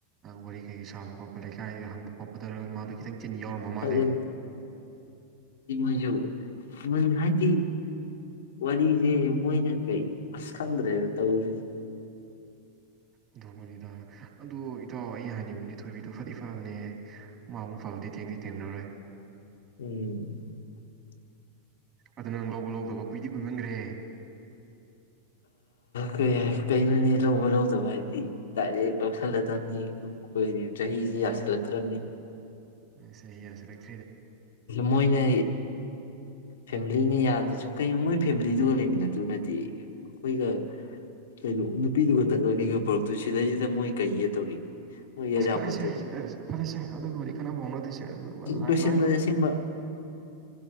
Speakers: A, on the right; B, on the left.
A: ꯋꯥꯔꯤ ꯀꯩ ꯁꯥꯕ ꯈꯣꯠꯄ ꯂꯩꯀꯥꯏꯗ ꯍꯪꯕ ꯈꯣꯠꯄꯗ ꯏꯃꯥꯗ ꯈꯤꯇꯪ ꯆꯤꯟ ꯌꯥꯎꯔꯝꯕ ꯃꯥꯜꯂꯦ
B: ꯑꯗꯨ ꯃꯖꯨ ꯃ ꯍꯥꯏꯗꯤ ꯋꯥꯔꯤꯁꯦ ꯃꯣꯏꯅ ꯀꯩ ꯑꯁ ꯈꯪꯗ꯭ꯔꯦꯅ ꯇꯧꯔꯤꯁꯦ
A: ꯍꯊꯣꯛꯄꯅꯤꯗ ꯑꯗꯨ ꯏꯇꯥꯎ ꯑꯩꯅ ꯍꯥꯏꯅꯤꯡꯕꯗꯤ ꯊꯣꯏꯕꯤꯗꯣ ꯐꯗꯤ ꯐꯕꯅꯦ ꯃꯨꯡ ꯐꯥꯎꯗꯤ ꯊꯦꯡꯅꯤ ꯇꯦꯝꯅꯔꯣꯏ
B: ꯎꯝ
A: ꯑꯗꯨ ꯅꯪ ꯂꯧꯕ ꯂꯧꯗꯕ ꯀꯨꯏꯗꯤ ꯀꯨꯏꯃꯟꯈ꯭ꯔꯦ
B: ꯀꯩ ꯀꯩꯅꯣꯅꯦ ꯂꯧꯕ ꯂꯧꯗꯕ ꯍꯥꯏꯗꯤ ꯗꯥꯏꯔꯦꯛ ꯂꯧꯧꯁꯜꯂꯗꯕꯅꯤ ꯀꯣꯏꯔꯦ ꯆꯍꯤꯁꯤ ꯌꯥꯁꯂꯈ꯭ꯔꯃꯤ
A: ꯁ ꯆꯍꯤꯁꯔꯛ
B: ꯃꯣꯏꯅ ꯐꯦꯃꯤꯂꯤꯅ ꯌꯥꯗ꯭ꯔꯁꯨ ꯀꯩ ꯃꯣꯏ ꯐꯦꯃꯤꯂꯤꯗꯨꯒ ꯂꯩꯃꯤꯟꯅꯗꯨꯅꯗꯤ ꯑꯩꯈꯣꯏꯒ ꯀꯩꯅꯣ ꯅꯨꯄꯤꯗꯨꯒ ꯇꯪꯒꯅꯤꯒ ꯄꯨꯣꯔꯛꯇꯨ ꯁꯤꯗꯩꯁꯤꯗ ꯃꯣꯏ ꯀꯩꯒ ꯇꯧꯔꯤꯒꯦ ꯃꯣꯏ ꯌꯥꯄꯣꯟꯇꯦꯗꯅ
A: ꯑꯁ ꯐꯔꯦꯁꯦ ꯐꯔꯦꯁꯦ ꯑꯗꯨꯒꯤ ꯋꯥꯔꯤ ꯈꯟꯅꯅꯕ ꯍꯧꯅꯗꯣꯏꯁꯦ
B: ꯂꯣꯏꯁꯤꯟꯕꯅꯦ
A: ꯂ
B: ꯑꯁꯦꯡꯕ